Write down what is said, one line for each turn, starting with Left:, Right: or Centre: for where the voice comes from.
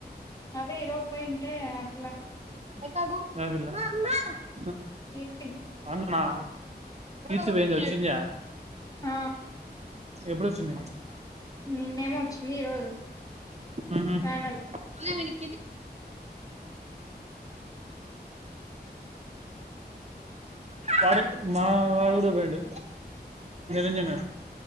Left: అదే ఇరవ పాయింట్ అట్లా
Right: అమ్
Left: కీర్తి
Right: వునా తీచవేంది వచ్చింద్యా
Left: ఆ
Right: ఎబ్బుడొచ్చిన్యాయ్
Left: నిన్నేమో వచ్చింది ఈరోజు
Right: ఉహు
Left: ప్యానల్
Right: హుమ్ వాడు మా వాడుగుడు పోయిండు నిరంజన